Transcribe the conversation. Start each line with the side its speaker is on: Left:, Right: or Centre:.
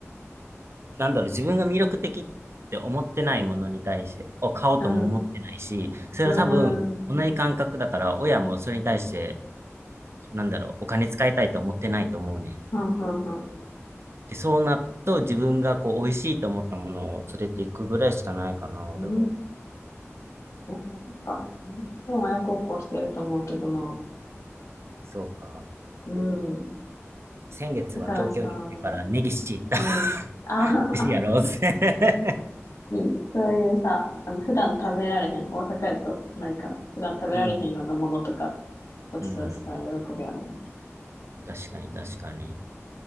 Right: なんだろう、自分が魅力的って思ってないものに対して、を買おうとも思ってないし、
Left: うん。
Right: それは多分、
Left: うん。
Right: 同じ感覚だから、親もそれに対して、なんだろう、お金使いたいと思ってないと思うね。
Left: はんはんはん。
Right: で、そうなると、自分がこう、美味しいと思ったものを連れていくぐらいしかないかな、俺は。
Left: うん。いや、なんか、みんな親孝行してると思うけどな。
Right: そうか。
Left: うん。
Right: 先月は東京に来てからネギシ行った。
Left: だからさ、うん。
Right: <laughs>
Left: ああ、
Right: 美味しいやろうぜ。<laughs>
Left: <laughs> いい。そういうさ、あの、普段食べられへん。大阪やとないから。普段食べられへんようなものとか、
Right: うん。
Left: ごちそうしたら喜ぶやろう
Right: うん。確かに、確かに。